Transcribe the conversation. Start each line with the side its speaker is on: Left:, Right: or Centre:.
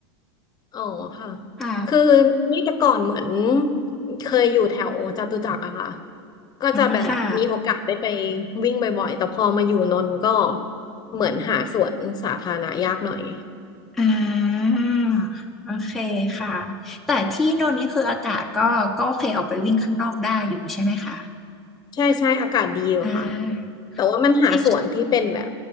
Left: อ๋อค่ะ
Centre: ค่ะ
Left: คือนี่แต่ก่อนเหมือนเคยอยู่แถวจตุจักรอะค่ะก็จะแบบมีโอกาสได้ไป
Centre: อ๋อค่ะ
Left: วิ่งบ่อยๆแต่พอมาอยู่นนท์ก็เหมือนหาสวนสาธารณะยากหน่อย
Centre: อ่าโอเคค่ะแต่ที่โน่นนี่คืออากาศก็ก็โอเคออกไปวิ่งข้างนอกได้อยู่ใช่ไหมคะ
Left: ใช่ใช่อากาศดีอยู่ค่ะ
Centre: อ่า
Left: แต่ว่ามันหาสวนที่เป็นแบบ
Centre: ค่ะที่